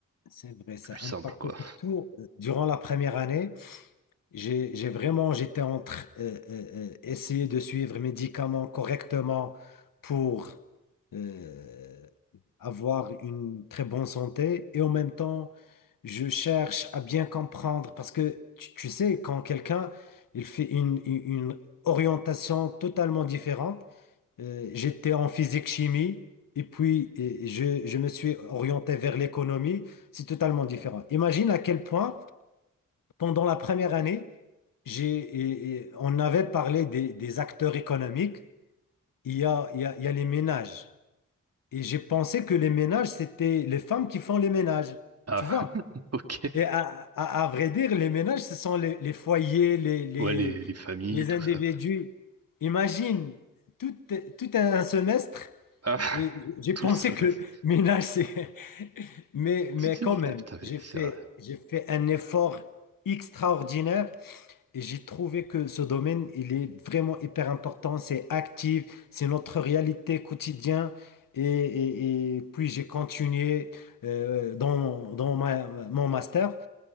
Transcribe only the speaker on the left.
c'est vrai, ça
impacte
surtout euh, durant la première année. J'ai, j'ai vraiment, j'étais entre euh, euh, euh, essayer de suivre les médicaments correctement pour euh, avoir une très bonne santé et en même temps, je cherche à bien comprendre parce que tu, tu sais, quand quelqu'un il fait une, une une orientation totalement différente, Euh, j'étais en physique chimie et puis euh, je, je me suis orienté vers l'économie. C'est totalement différent. Imagine à quel point, pendant la première année, j'ai, et- et on avait parlé des, des acteurs économiques. Il y a, il y a, il y a les ménages. Et j'ai pensé que les ménages, c'était les femmes qui font les ménages.
Tu vois?
Et à, à, à vrai dire, les ménages, ce sont les, les foyers, les, les,
les
individus.
Imagine, tout, tout un semestre.
Et j'ai
pensé
que ménage, c'est... Mais,
mais
quand
même,
j'ai
fait,
j'ai fait un effort extraordinaire et j'ai trouvé que ce domaine, il est vraiment hyper important, c'est actif, c'est notre réalité quotidienne. Et, et- et puis j'ai continué euh, dans, dans ma- mon master.